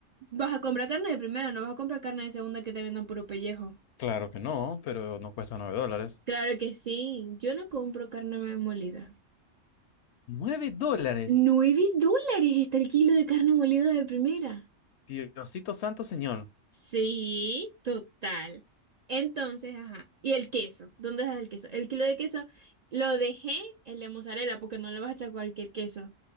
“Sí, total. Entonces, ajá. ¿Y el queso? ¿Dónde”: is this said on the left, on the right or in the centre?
Right